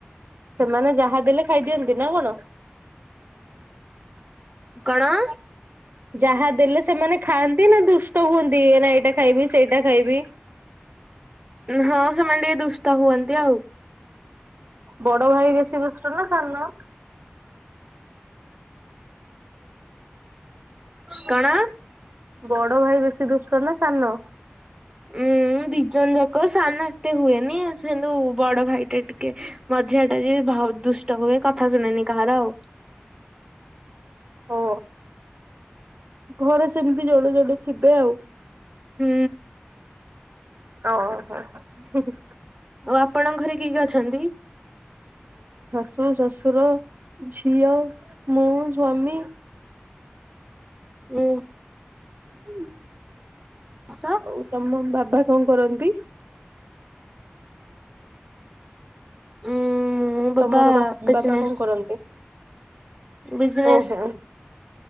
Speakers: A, on the right; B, on the right.
A: ସେମାନେ ଯାହା ଦେଲେ ଖାଇଦିଅନ୍ତି ନା କଣ?
B: କଣ
A: ଯାହା ଦେଲେ ସେମାନେ ଖାଆନ୍ତି ନା ଦୁ। ତ ହୁଅନ୍ତି ନା ଏଇଟା ଖାଇବି ସେଇଟା ଖାଇବି।
B: ହଁ ସେମାନେ ଟିକେ ଦୁଷ୍ଟ ହୁଅନ୍ତି ଆଉ।
A: ବଡ ଭାଇ ବେଶୀ ବୁଷ୍ଟ ନା ସାନ।
B: କଣ?
A: ବଡ ଭାଇ ବେଶୀ ଦୁଷ୍କ ନା ସାନ?
B: ଉଁ ହଁ ଦି ଜଣ ଯାକ ସାନ ଏତେ ହୁଏନି ସେନ୍ତୁ ବଡ ଭାଇ ଟେ ଟିକେ ମଝିଆଟା ଯେ ଭ ଦୁଷ୍ଟ ହୁଏ କଥା ଶୁଣେନି କାହାର ଆଉ।
A: ଓ ଘରେ ସେମିତି ଜଣେ ଜଣେ ଥିବେ ଆଉ।
B: ହୁଁ।
A: ଓହୋ ହୁଁ ହୁଁ।
B: ଓ ଆପଣଙ୍କ ଘରେ କିଏ କିଏ ଅଛନ୍ତି?
A: ଶୁ ଶଶୁର ଝିଅ ମୁଁ ସ୍ଵାମୀ।
B: ହୁଁ।
A: ହୁଁ।
B: ଓଶ।
A: ଓ ତମ ବାବା କଣ କରନ୍ତି?
B: ଉଁ ମୋ ବାବା
A: ତମର ବା
B: ବିଜନେସ୍
A: ବାପା କଣ କରନ୍ତି?
B: ବିଜନେସ୍
A: ଓହୋ